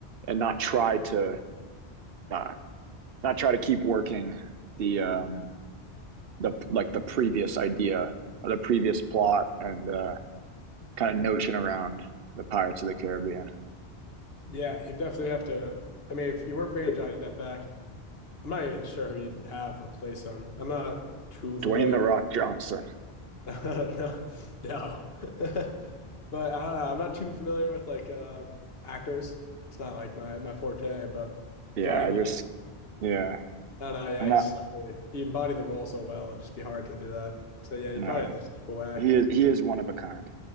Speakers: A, on the right; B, on the left.
A: and not try to uh, not try to keep working the um, the like the previous idea, or the previous plot, and uh, kind of notion around the Pirates of the Caribbean.
B: Yeah, you definitely have to. I mean, if you weren't bringing Johnny Depp back, I'm not even sure who you'd have replace him. I'm not too familiar.
A: Dwayne the Rock Johnson.
B: <laughs> no, no. <laughs> but I don't know. I'm not too familiar with like uh, actors. It's not like my my forte. But
A: Yeah,
B: Johnny,
A: I
B: Depp,
A: just yeah.
B: I don't know. Yeah,
A: I'm not
B: he's he embodied the role so well. It'd just be hard to do that. So yeah, you'd
A: no.
B: probably have to step away.
A: He is he is one of a kind.